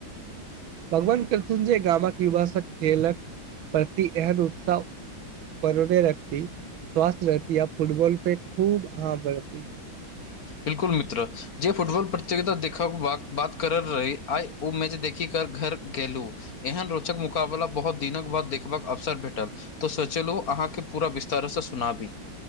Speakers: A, on the right (about 85°); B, on the left (about 50°).
A: भगवान करथुन जे गामक युवा सब खेलक प्रति एहेन उत्साह बनोनेरे रखती स्वासस्थ रहती आ फुटबॉल पे खूब आ बढ़ती
B: बिलकुल मित्र जे फुटबल प्रतियोगता देखब बक बात करल रही आइ उ मैच देखि घर गेलूँ एहन रोचक मुकाबला बहुत दिनक बाद देखबाक अवसर भेटल तो सोचेेलो अहाँकेँ पूरा विस्तार सँ सुनाबी